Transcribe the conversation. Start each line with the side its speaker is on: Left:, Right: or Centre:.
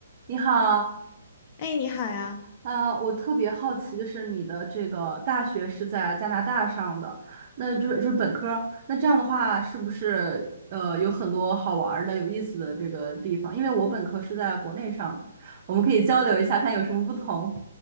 Right: 你好，
Left: 哎，你好呀。
Right: 呃，我特别好奇，就是你的这个大学是在加拿大上的，那这就是本科儿那这样的话是不是呃有很多好玩儿的、有意思的这个地方？因为我本科是在国内上的我们可以交流一下，看有什么不同。